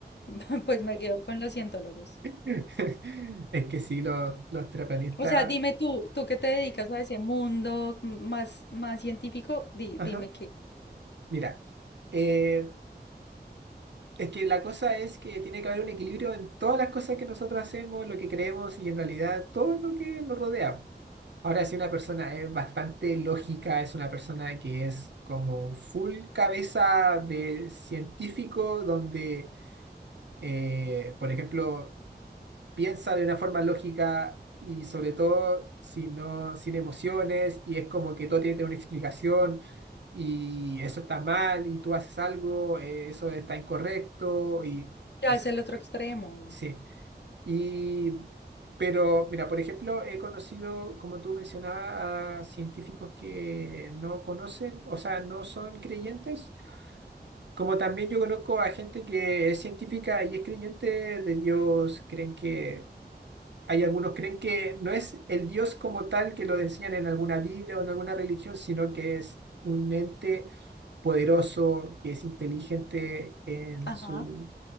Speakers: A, on the left (about 80°); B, on the right (about 85°).
A: <laughs> pues me quedo con los cientólogos.
B: <laughs> Es que sí, los, los terraplanistas...
A: O sea, dime tú, tú que te dedicas a ese mundo más, más científico, di-
B: Ajá.
A: dime qué,
B: Mira, eh, es que la cosa es que tiene que haber un equilibrio en todas las cosas que nosotros hacemos, lo que creemos y en realidad todo lo que nos rodea. Ahora, si una persona es bastante lógica, es una persona que es como full cabeza de científico, donde, eh, por ejemplo, piensa de una forma lógica y sobre todo sin, no, sin emociones y es como que todo tiene que tener una explicación y eso está mal y tú haces algo, eh, eso está incorrecto y
A: qué
B: eso,
A: hace el otro extremo.
B: sí. Y, pero mira, por ejemplo, he conocido, como tú mencionabas, a científicos que no conocen, o sea, no son creyentes. Como también yo conozco a gente que es científica y es creyente de Dios, creen que hay algunos creen que no es el Dios como tal que lo enseñan en alguna Biblia o en alguna religión, sino que es un ente poderoso, que es inteligente en
A: Ajá,
B: su,